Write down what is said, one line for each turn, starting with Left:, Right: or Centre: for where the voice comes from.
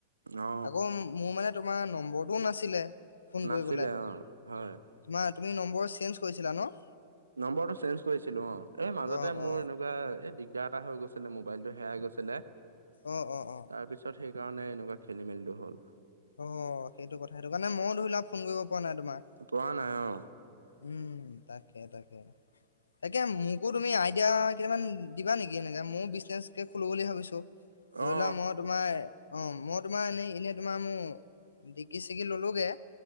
Right: অ
Left: আকৌ মোৰ মানে তোমাৰ নম্বৰটোও নাছিলে। ফোন
Right: নাছিলে,
Left: কৰিবলে
Right: অ', হয়।
Left: তোমাৰ তুমি নম্বৰ চেঞ্জ কৰিছিলা নহ?
Right: নম্বৰটো চেঞ্জ কৰিছিলো অ' এ মাজতে
Left: অ
Right: মোৰ
Left: অ
Right: এনেকুৱা এ দিগদাৰ এটা হৈ গৈছ মোবাইলটো হেৰাই গৈছিলে,
Left: অ অ অ
Right: তাৰ পিছত সেইকাৰণে এনেকুৱা খেলি মেলিটো হ'ল।
Left: অ', সেইটো কথা, সেইটো কাৰণে মইও ধৰি লওক ফোন কৰিব পৰা নাই তোমাক।
Right: পোৱা নাই অ
Left: উম, তাকে তাকে।
Right: <inaudible>
Left: তাকে মোকো তুমি আইডিয়া কেইটামান দিবা নেকি এনেকে, মইও বিজনেছকে খোলো বুলি ভাবিছো। ধৰি
Right: অ
Left: লোৱা মই তোমাৰ, অ' মই তোমাৰ এনেই এনে তোমাৰ মোৰ ডিগি চিগি ললোগে।